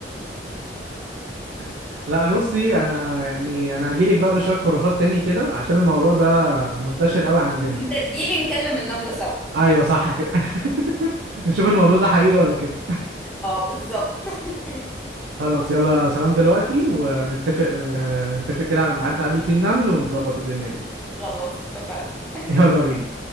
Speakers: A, on the right (about 80°); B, in the centre.
A: <laughs> لا بصي انا يعني انا هجيلك بقى بشوية خرافات تاني كده عشان الموضوع ده منتشر قوي عندنا
B: انت تجيلي نكلم النملة سوا
A: ايوه صح كده <laughs> نشوف الموضوع ده حقيقي ولا كده
B: اه بالظبط <laughs>
A: خلاص يلا سلام دلوقتي ونتفق نتفق كده على ميعاد نقابل فيه النمل ونظبط الدنيا دي
B: خلاص اتفقنا
A: يلا بينا